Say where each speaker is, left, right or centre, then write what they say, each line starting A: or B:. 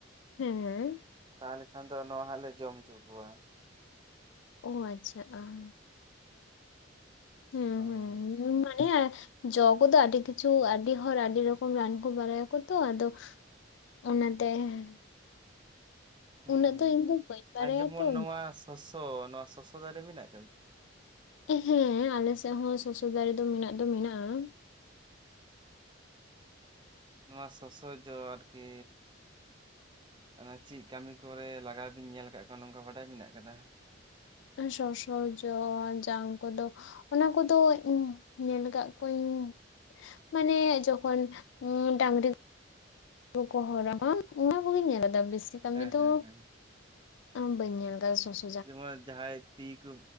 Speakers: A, on the left; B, on the right.
A: ᱦᱮᱸᱻ᱾
B: ᱛᱟᱦᱚᱞᱮ ᱠᱷᱟᱱ ᱫᱚ ᱱᱚᱣᱟ ᱦᱟᱸᱜ ᱞᱮ ᱡᱚᱢ ᱪᱩ ᱠᱩᱣᱟ᱾
A: ᱚ ᱟᱪᱪᱷᱟ, ᱟᱸ᱾ ᱦᱮᱸ
B: ᱦᱳᱭ
A: ᱦᱮᱸ ᱡᱚᱢ ᱵᱟᱰᱟᱭᱟ ᱡᱚ ᱠᱚᱫᱚ ᱟᱹᱰᱤ ᱠᱤᱪᱷᱩ ᱟᱹᱰᱤ ᱦᱚᱨ ᱟᱹᱰᱤ ᱨᱚᱠᱚᱢ ᱨᱟᱱ ᱠᱚ ᱵᱟᱨᱟᱭᱟᱠᱚ ᱛᱚ, ᱟᱫᱚ ᱚᱱᱟᱛᱮᱸ
B: ᱦᱩᱸ
A: ᱩᱱᱟᱹᱜ
B: ᱦᱩᱸ
A: ᱫᱚ ᱤᱧ ᱫᱚ ᱵᱟᱹᱧ ᱵᱟᱲᱟᱭᱟ
B: ᱟᱨ ᱡᱮᱢᱚᱱ
A: ᱛᱚ
B: ᱱᱚᱣᱟ ᱥᱚᱥᱚ ᱱᱚᱣᱟ ᱥᱚᱥᱚ ᱫᱟᱨᱮ ᱢᱮᱱᱟᱜ ᱠᱟᱫᱟ᱾
A: ᱦᱮᱸ ᱟᱞᱮ ᱥᱮ ᱦᱚᱸ ᱥᱚᱥᱚ ᱫᱟᱨᱮ ᱫᱚ ᱢᱮᱱᱟᱜ ᱫᱚ ᱢᱮᱱᱟᱜᱼᱟ᱾
B: ᱱᱚᱣᱟ ᱥᱚᱥᱚ ᱡᱚ ᱟᱨᱠᱤ ᱚᱱᱟ ᱪᱤ ᱠᱟᱹᱢᱤ ᱠᱚᱨᱮ ᱞᱟᱜᱟᱣ ᱵᱤᱱ ᱧᱮᱞ ᱠᱟᱜ ᱠᱚᱣᱟ ᱱᱚᱝᱠᱟ ᱵᱟᱰᱟᱭ ᱢᱮᱱᱟᱜ ᱠᱟᱫᱟ᱾
A: ᱥᱚᱥᱚ ᱡᱚ ᱡᱟᱝ ᱠᱚᱫᱚ ᱚᱱᱟ ᱠᱚᱫᱚ ᱤᱧ ᱧᱮᱞ ᱠᱟᱜ ᱠᱚᱣᱟᱹᱧ ᱢᱟᱱᱮ ᱡᱚᱠᱷᱚᱱ ᱰᱟᱺᱝᱨᱤ ᱠᱚ ᱦᱚᱨᱟ ᱚᱱᱟ ᱠᱚᱜᱮᱧ ᱧᱮᱞᱫᱟ ᱵᱮᱥᱤ ᱠᱟᱹᱢᱤ
B: ᱦᱮᱸ
A: ᱫᱚ
B: ᱦᱮᱸ ᱦᱮᱸ
A: ᱢᱟ ᱵᱟᱹᱧ ᱧᱮᱞ ᱫᱟ ᱥᱚᱥ
B: ᱡᱮᱢᱚᱱ ᱡᱟᱦᱟᱸᱭ ᱛᱤ ᱠᱩ